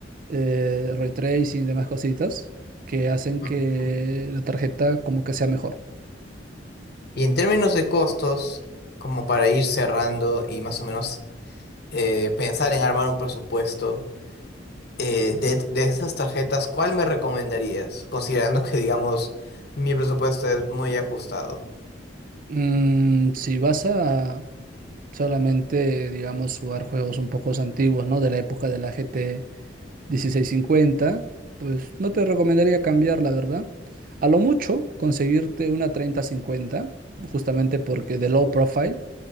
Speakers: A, on the right (about 45°); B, on the left (about 60°).
A: eh, ray tracing y demás cositas que hacen que
B: ujú.
A: la tarjeta como que sea mejor.
B: Y en términos de costos, como para ir cerrando y más o menos eh, pensar en armar un presupuesto, eh, de, de esas tarjetas, ¿cuál me recomendarías? Considerando que, digamos, mi presupuesto es muy ajustado.
A: Mm, si vas a solamente, digamos, jugar juegos un poco antiguos, ¿no? De la época de la GT. dieciséis cincuenta pues no te recomendaría cambiar, la verdad. A lo mucho, conseguirte una treinta cincuenta justamente porque de low profile,